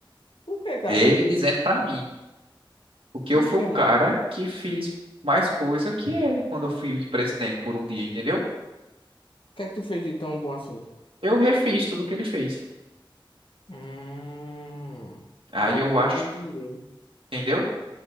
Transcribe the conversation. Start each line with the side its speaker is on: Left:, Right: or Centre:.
Left: Por que, cara?
Right: Ele dizendo pra mim. Porque
Left: Por
Right: eu fui
Left: que,
Right: o cara
Left: mano? O
Right: que fiz mais coisa que ele quando eu fui presidente por um dia, entendeu?
Left: que é que tu fez de tão bom assim?
Right: Eu refiz tudo que ele fez.
Left: Hum,
Right: Aí
Left: agora
Right: eu
Left: eu meio
Right: acho,
Left: que entendi.
Right: entendeu?